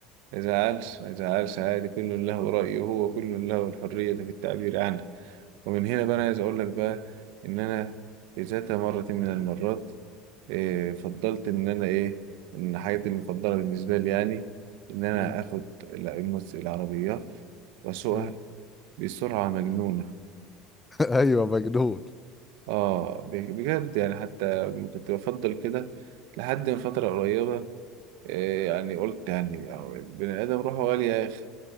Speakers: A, on the right; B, on the left.
A: ما يزعلش ما يزعلش عادي كل له رأيه هو كل له الحرية في التعبير عنه ومن هنا بقى أنا عايز أقول لك بقى إن أنا في ذات مرة من المرات إيه فضلت إن أنا إيه إن حاجتي المفضلة بالنسبة لي يعني إن أنا
B: مم.
A: آخد ال- المس- العربيات وأسوقها
B: مم.
A: بسرعة مجنونة
B: <laughs> ايوه مجنون
A: آه ب- بجد يعني حتى كنت بفضل كده لحد من فترة قريبة إيه يعني قلت يعني أهو البني آدم روحه غالية يا أخي